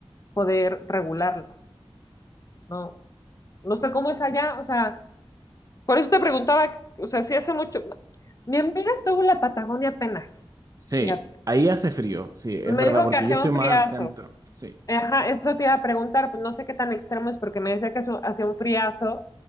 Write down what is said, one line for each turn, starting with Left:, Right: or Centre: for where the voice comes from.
Left: poder regularlo. No, no sé cómo es allá, o sea, por eso te preguntaba, o sea, si hace mucho. Mi amiga estuvo en la Patagonia apenas,
Right: Sí,
Left: fíjate.
Right: ahí hace frío, sí, es
Left: Me
Right: verdad,
Left: dijo
Right: porque
Left: que hacía
Right: yo estoy
Left: un
Right: más
Left: friazo.
Right: al centro, sí,
Left: Ajá, eso te iba a preguntar, pues no sé qué tan extremo es, porque me decía que eso- hacía un friazo